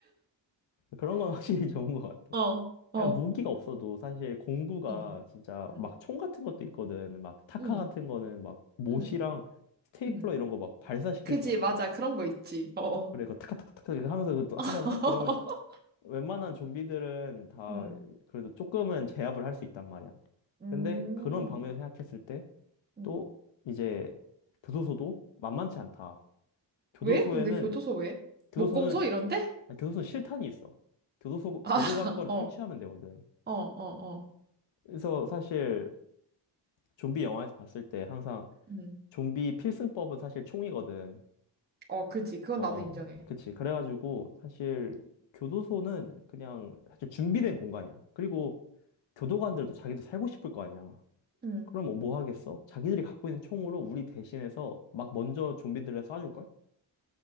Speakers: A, on the left; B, on the right.
A: 그런 건 확실히 좋은 것 같아.
B: <laughs> 어, 어,
A: 아니, 무기가 없어도 사실 공구가
B: 응,
A: 진짜
B: 응,
A: 막 총 같은 것도 있거든. 막 타카
B: 응,
A: 같은 거는 막 못이랑
B: 응,
A: 스테이플러
B: 응.
A: 이런 거 막 발사시킬
B: 그지,
A: 수 있어.
B: 맞아. 그런 거 있지. 어, 어.
A: 그래, 그 타카타카타카 이렇게 하면서 그것도
B: <laughs>
A: 하잖아? 그러면 웬만한 좀비들은 다
B: 응,
A: 그래도 조금은 제압을 할 수 있단 말이야.
B: 음,
A: 근데 그런 방면을 생각했을 때
B: 응.
A: 또 이제 교도소도 만만치 않다. 교도소에는
B: 왜? 근데 교도소 왜?
A: 교도소는
B: 목공소 이런데?
A: 아니, 교도소는 실탄이 있어. 교도소
B: 아, <laughs>
A: 교도관 거를
B: 어,
A: 탈취하면 되거든.
B: 어, 어, 어.
A: 그래서 사실 좀비 영화에서 봤을 때 항상
B: 응.
A: 좀비 필승법은 사실 총이거든.
B: 어, 그지. 그건
A: 어,
B: 나도 인정해.
A: 그치. 그래가지고 사실 교도소는 그냥 사실 준비된 공간이야. 그리고 교도관들도 자기도 살고 싶을 거 아니야.
B: 응.
A: 그럼 뭐뭐 하겠어? 자기들이 갖고 있는 총으로 우리 대신해서 막 먼저 좀비들을 쏴줄걸?